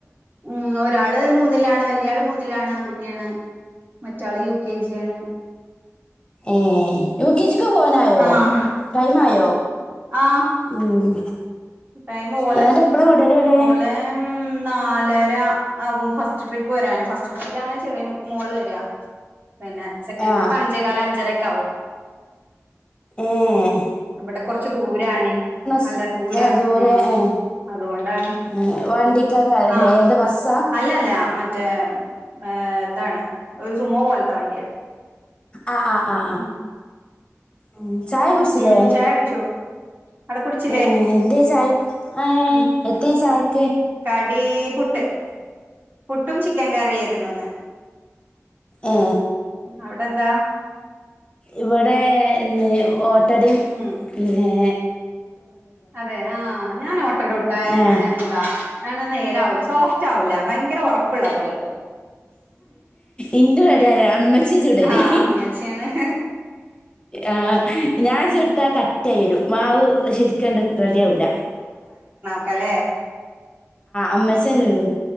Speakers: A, on the right; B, on the left.
A: ഉ ഒരാള് മൂന്നിലാണ് വല്യയാള് മൂന്നിലാണ് ആൺകുട്ടിയാണ്. മറ്റാള് യു കെ ജി ആണ്
B: ഏയ യു കെ ജി ക്ക് പോവാനായോ
A: ആഹ്
B: ടൈം ആയോ.
A: ആഹ്
B: ഉം
A: ടൈം ഓലെ
B: എന്നിട്ട് എപ്പളാ വിടല് ഓലെ
A: ലെ നാലര ആവും ഫസ്റ്റ് ട്രിപ്പ് വരാന്. ഫസ്റ്റ് ട്രിപ്പിലാണ് ചെറിയ മോള് വരിക. പിന്നെ സെക്കൻഡ്രറിപ്പഞ്ചേകാൽ
B: ആ
A: അഞ്ചരെക്കാവും
B: ഏഹ്
A: ഇവിടെ കുറച്ച് ദൂരാണെ നല്ലദൂരാ
B: സ് ഏ ദൂരെ
A: ഉം
B: ഏ
A: അതുകൊണ്ടാണ്
B: ഏ വണ്ടിക്കാക്കാരല്ലേ
A: ആഹ്
B: എന്താ ബസ്സാ
A: അല്ലല്ല മറ്റേ ഏ ഇതാണ് ഒരു സുമോ പോലത്തെ വണ്ടിയാണ്
B: ആആആ
A: ഉം
B: ഉഹ്മ് ചായ കുടിച്ചില്ലേ
A: ഉം ചായ കുടിച്ചു അവിടെ കുടിച്ചില്ലേ
B: ഏ എന്തേ ചായക്ക് ഏ
A: ഉം
B: എത്തേ ചായക്ക്
A: കടി പുട്ട് പുട്ടും ചിക്കൻ കറിയായിരുന്നു ഇന്ന്
B: ആ
A: അവിടെ എന്താ
B: ഇവിടെ ഇന്ന് ഓട്ടടേം
A: ഉം
B: പിന്നേ
A: അതെ ആഹ് ഞാൻ ഓട്ടടോട്ട
B: ആ
A: എന്താ ആണ് നേരാവില്ല സോഫ്റ്റാവില്ല ഭയങ്കര ഉറപ്പുള്ള പോലെ തോന്നും
B: ഇന്റെ അടിയാരാ അമ്മച്ചി ചുടല്
A: ആഹ് ഉമ്മച്ചിയാണ്
B: ആഹ് ഞാൻ ചുട്ടാ കട്ടിയായി വരും മാവ് ശരി ക്കണ്ട് റെഡിയാവുല്ല
A: ക്കലേ
B: അമ്മച്ചൻ ചൂടും